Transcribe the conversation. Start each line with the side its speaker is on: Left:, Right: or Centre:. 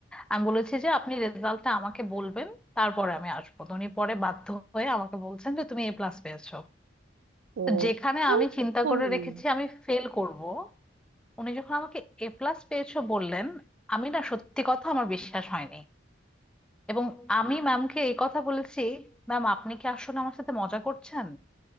Centre: আমি বলেছি যে আপনি রেজাল্টটা আমাকে বলবেন তারপরে আমি আসবো তো উনি পরে বাধ্য হয়ে আমাকে বলছেন যে তুমি এ প্লাস পেয়েছো
Right: ও
Centre: তো যেখানে
Right: ও,
Centre: আমি চিন্তা
Right: হুম
Centre: করে রেখেছি আমি ফেল করব উনি যখন আমাকে এ প্লাস পেয়েছো বললেন আমি না সত্যি কথা আমার বিশ্বাস হয়নি এবং আমি ম্যামকে এই কথা বলেছি ম্যাম আপনি কি আসলে আমার সাথে মজা করছেন